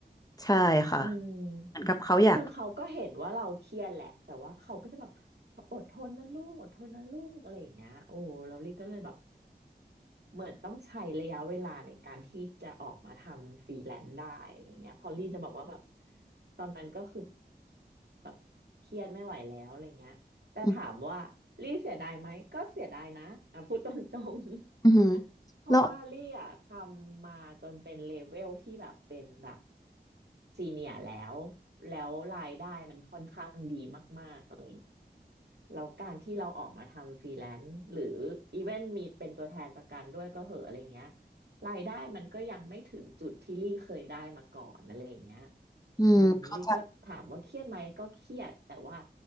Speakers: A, on the left; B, on the right.
A: ใช่ค่ะ
B: อืม
A: เหมือนกับเขาอยาก
B: คือเขาก็เห็นว่าเราเครียดแหละ แต่ว่าเขาก็จะแบบอดทนนะลูก อดทนนะลูกอะไรอย่างเงี้ยโอ้ เราลี่ก็เลยแบบเหมือนต้องใช้ระยะเวลาในการที่จะออกมาทำฟรีแลนซ์ได้อะไรเงี้ยพอลี่จะบอกว่าแบบตอนนั้นก็คือ แบบเครียดไม่ไหวแล้วอะไรเงี้ยแต่ถามว่าลี่เสียดายไหมก็เสียดายนะอ่ะพูดตรง
A: อืมอือหือ
B: ๆ <laughs> เพราะว่าลี่อ่ะทำมาจนเป็นเลเวลที่แบบเป็นแบบ
A: แล้ว
B: ซีเนียแล้วแล้วรายได้มันค่อนข้างดีมากๆ แล้วการที่เราออกมาทำฟรีแลนซ์หรืออีเวนมีเป็นตัวแทนประกันด้วยก็เหอะอะไรเงี้ยรายได้มันก็ยังไม่ถึงจุดที่ลี่เคยได้มาก่อนอะไรอย่างเงี้ย
A: อืมเขา
B: อืมลี่ก็ถามว่าเครียดไหมก็เครียดแต่ว่า